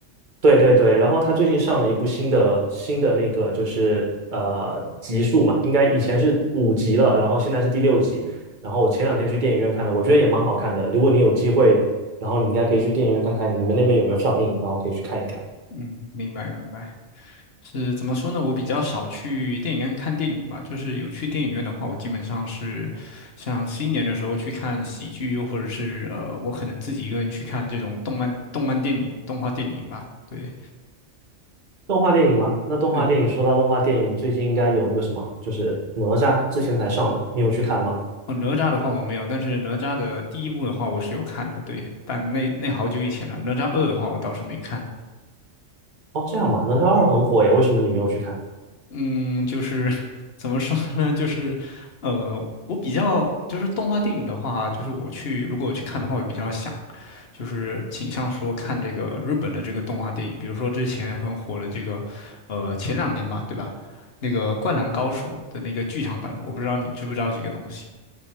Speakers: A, on the right; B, on the left.
A: 对对对，然后他最近上了一部新的新的那个就是呃集数嘛，应该以前是五集了，然后现在是第六集，然后我前两天去电影院看了，我觉得也蛮好看的。如果你有机会，然后你应该可以去电影院看看你们那边有没有上映，然后可以去看一看。
B: 嗯，明白明白。是怎么说呢？我比较少去电影院看电影吧，就是有去电影院的话，我基本上是像新年的时候去看喜剧，又或者是呃，我可能自己一个人去看这种动漫、动漫电影、动画电影吧。对
A: 动画电影吗？那动画电影说到动画电影，
B: 对，
A: 最近应该有那个什么，就是哪吒之前才上的，你有去看吗？
B: 哦，哪吒的话我没有，但是哪吒的第一部的话我是有看的，对，但那那好久以前了。哪吒二的话我倒是没看。
A: 哦，这样吧，哪吒二很火呀，为什么你没有去看？
B: 嗯，就是 <laughs> 怎么说呢？就是，呃，我比较就是动画电影的话，就是我去如果我去看的话，我比较想。就是倾向说看这个日本的这个动画电影，比如说之前很火的这个，呃，前两年吧，对吧？那个《灌篮高手》的那个剧场版，我不知道你知不知道这个东西。